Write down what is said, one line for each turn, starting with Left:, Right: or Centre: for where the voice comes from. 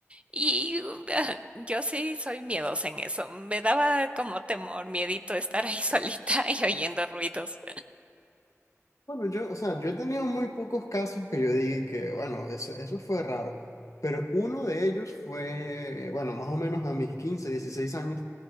Right: y uh, <laughs> yo sí soy miedosa en eso, me daba como temor, miedito estar ahí solita <laughs> y oyendo ruidos.
Left: Bueno, yo, o sea, yo he tenido muy pocos casos que yo diga que, bueno, eso, eso fue raro, pero uno de ellos fue, bueno, más o menos a mis 15, 16 años,